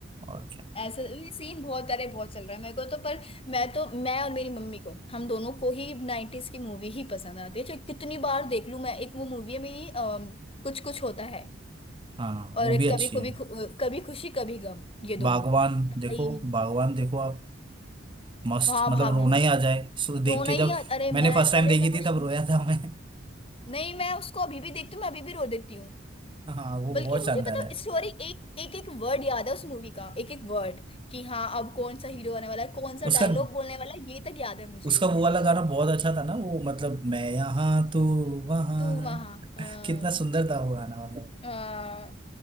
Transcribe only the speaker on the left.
ऐसा ये सीन बहुत अरे बहुत चल रहा है मेरे को तो पर मैं तो मैं और मेरी मम्मी को हम दोनों को ही 90s की मूवी ही पसंद आती है जो कितनी बार देख लूं मैं एक वो मूवी है मेरी अम, कुछ कुछ होता है
और
एक
कभी कभी
कभी खुशी कभी गम ये दो
मूवी भाई
हाँ
भगवान
रोना
ही
आ- अरे मैं
अरे
मैं उस
नहीं मैं उसको अभी भी देखती हूँ मैं अभी भी रो देती हूँ।
बल्कि
मुझे
पता
स्टोरी एक एक एक वर्ड याद है उस मूवी का एक एक वर्ड कि हाँ अब कौन सा हीरो आने वाला है कौन सा
डायलॉग बोलने वाला है ये तक याद है मुझे
उस
मूवी
का
तू वहां अ,
अ,